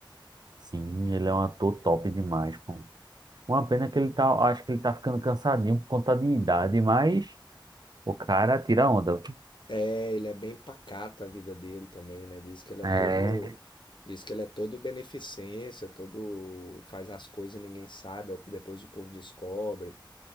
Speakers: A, on the right; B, on the left.
A: Sim, ele é um ator top demais, pô. Uma pena que ele tá, acho que ele tá ficando cansadinho por conta de idade, mas o cara tira onda.
B: É, ele é bem pacato a vida dele também, né? Diz que ele é
A: É,
B: todo, diz que ele é todo beneficência, todo faz as coisas e ninguém sabe, depois o povo descobre,